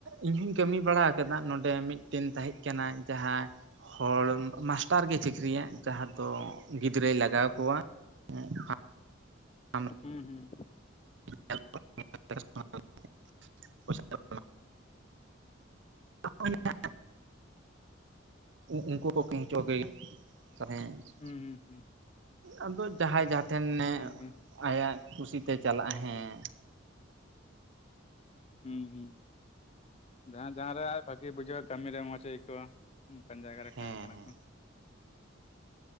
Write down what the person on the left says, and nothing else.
ᱦᱩᱸ ᱦᱩᱸ
ᱦᱩᱸ ᱦᱩᱸ ᱾
ᱠᱟᱱ ᱜᱮ
ᱦᱩᱸ ᱦᱩᱸ, ᱡᱟᱦᱟᱸᱭ ᱡᱟᱦᱟᱸ ᱨᱮ ᱟᱡ ᱵᱷᱟᱜᱤᱭ ᱵᱩᱡᱷᱟᱹᱣᱟ ᱠᱟᱹᱢᱤ ᱨᱮ ᱢᱚᱸᱡᱽ ᱟᱹᱭᱠᱟᱹᱣᱟ ᱾ ᱚᱱᱠᱟᱱ ᱡᱟᱭᱜᱟ ᱨᱮ
ᱠᱟᱹᱢᱤ ᱠᱟᱱᱟ
ᱠᱚ ᱾